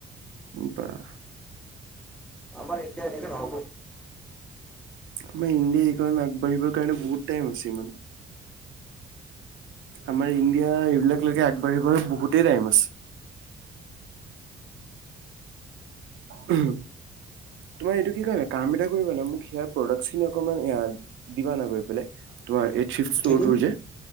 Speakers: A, on the right (about 75°); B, in the centre.
A: বাহ
B: আমাৰ এতিয়া এনেকে নহ'ব
A: মই ইণ্ডি খন আগবাঢ়িবৰ কাৰণে বহুত টাইম আছে ইমান আমাৰ ইন এতিয়া এইবিলাক লকে আগবাঢ়িবলৈ বোক গুটোই টাইমছ উম তোমাৰ এইটো কি ক কাম এ কৰিবা না মোক হিয়াৰ প্ৰদাকচ্ খিন অকমান দিবা না গৈ পিলে তোমাৰ ষ্টৰ
B: দি দিম
A: টো যে